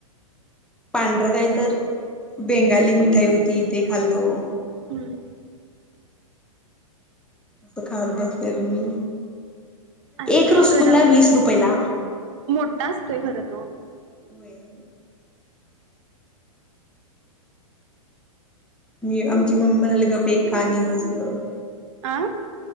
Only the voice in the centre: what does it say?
पांढरं काय तर, बेंगाली मिठाई होती, ते खाल्तो
असं खात बसलेलो मी.
एक रसगुल्ला
वीस रुपयला.
होय. मी आमची मम्मी म्हणाली गप एक खा, आणि बस गप्प.